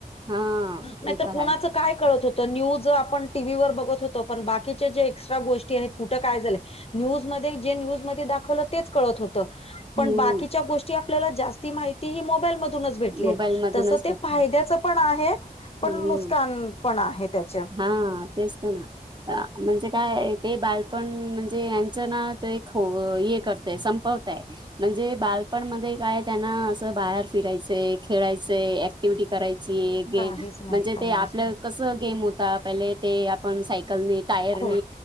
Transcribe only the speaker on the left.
नाहीतर
कुणाच
काय कळत होतं. तो न्यूज आपण टीव्ही वर बघत होतो, पण बाकीचे जे एक्स्ट्रा गोष्टी आहेत कुठं काय झालंय न्यूजमध्ये जे न्यूजमध्ये दाखवलं तेच कळत होतं. पण
बाकीच्या गोष ची आपल्याला जास्ती माहिती हह मोबाईल मधूनच भेटलीये.
तसं ते
फायद्याच पण आहे पण
नुसकान पण आहे त्याच‌ं.
काहीच नाही
काहीच
नाही.
हो